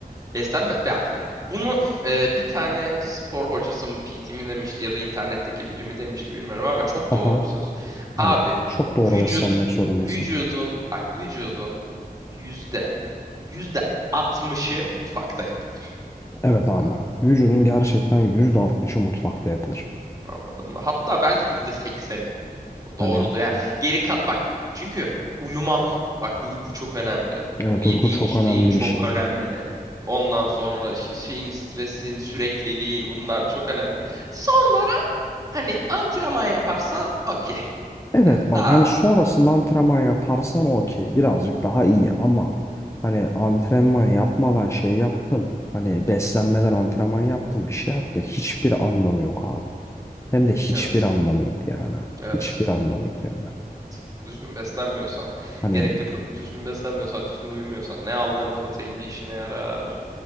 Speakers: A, on the right; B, on the left.
A: Beslenme bak bunu e, bir tane spor hocası mı PT mi demişti ya da internetteki biri mi demişti bilmiyorum ama çok
B: Aha.
A: doğru bir söz.
B: Abi
A: Abi
B: çok doğru
A: vücut
B: beslenmek zorundasın.
A: vücudun bak vücudun yüzde yüzde 60'ı mutfakta yapılır.
B: Evet abi.
A: Abi,
B: Vücudun gerçekten
A: bu
B: yüzde altmışı mutfakta yapılır.
A: Anladın mı? Hatta belki yüzde sekseni. O doğrudur.
B: Hani
A: Yani geri kal bak çünkü uyuman bak uyku çok önemli.
B: evet
A: Yediğin
B: uyku çok
A: içtiğin
B: önemli
A: çok
B: bir şey.
A: önemli. Ondan sonra işte şeyin stresin, sürekliliğin bunlar çok önemli. Sonra hani antrenman yaparsan okey.
B: Evet
A: Yani
B: bak
A: daha
B: hani sonrasında antrenman yaparsan okey birazcık daha iyi ama hani antrenman yapmadan şey yaptın hani beslenmeden antrenman yaptın bir şey yaptın hiçbir anlamı yok abi. Hem de hiçbir
A: evet.
B: anlamı yok yani.
A: Evet.
B: Hiçbir anlamı yok hem de.
A: Evet. Düzgün beslenmiyorsan,
B: Hani
A: gerekli pro- düzgün beslenmiyorsan, düzgün uyumuyorsan ne aldığın protein bir işine yarar,